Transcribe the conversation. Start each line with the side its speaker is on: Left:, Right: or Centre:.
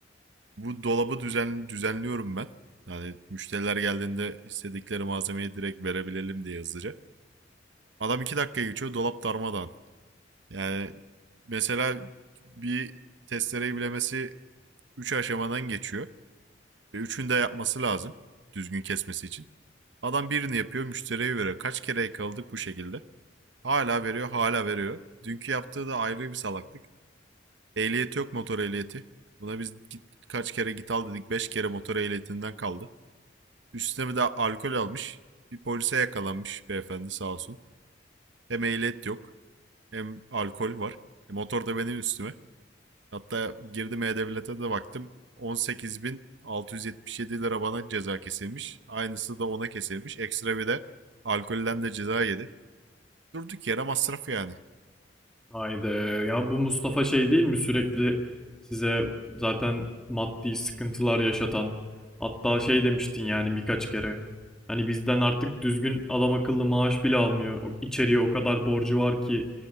Right: Bu dolabı düzen, düzenliyorum ben. Yani müşteriler geldiğinde istedikleri malzemeyi direkt verebilelim diye hızlıca. Adam 2 dakika geçiyor dolap darmadağın. Yani mesela bir testereyi bilemesi 3 aşamadan geçiyor. Ve üçünü de yapması lazım düzgün kesmesi için. Adam birini yapıyor, müşteriye veriyor. Kaç kere yakaladık bu şekilde. Hala veriyor, hala veriyor. Dünkü yaptığı da ayrı bir salaklık. Ehliyeti yok motor ehliyeti. Buna biz git, kaç kere git al dedik. beş kere motor ehliyetinden kaldı. Üstüne bir de alkol almış. Bir polise yakalanmış beyefendi sağ olsun. Hem ehliyet yok, hem alkol var. E motor da benim üstüme. Hatta girdim E-Devlet'e de baktım. 18.677 lira bana ceza kesilmiş. Aynısı da ona kesilmiş. Ekstra bir de alkolden de ceza yedi. Durduk yere masraf yani.
Centre: Haydi ya bu Mustafa şey değil mi sürekli size zaten maddi sıkıntılar yaşatan hatta şey demiştin yani birkaç kere hani bizden artık düzgün adam akıllı maaş bile almıyor O- içeriye o kadar borcu var ki